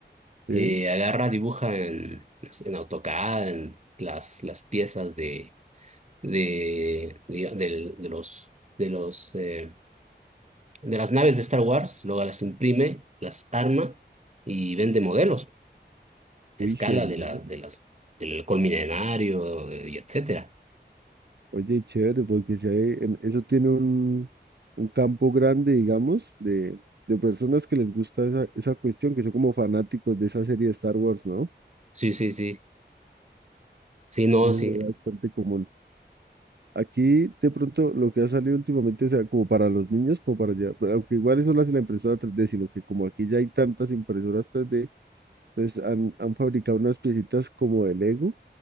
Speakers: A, on the right; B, on the right.
A: Sí,
B: eh, agarra, dibuja en, en AutoCAD, en las, las piezas de, de, diga- del- de, los, de los, eh, de las naves de Star Wars, luego las imprime, las arma y vende modelos a
A: Uy,
B: escala
A: genial.
B: de las, de las, del halcón milenario, de- y etcétera.
A: Oye, chévere, porque si hay, en- eso tiene un, un campo grande, digamos, de, de personas que les gusta esa, esa cuestión, que son como fanáticos de esa serie de Star Wars, ¿no?
B: Sí, sí, sí. Sí, no,
A: Y
B: sí.
A: eso es bastante común. Aquí, de pronto, lo que ha salido últimamente, o sea, como para los niños, como para allá, aunque igual eso lo hace la impresora 3D, sino que como aquí ya hay tantas impresoras tres d entonces han, han fabricado unas piecitas como de Lego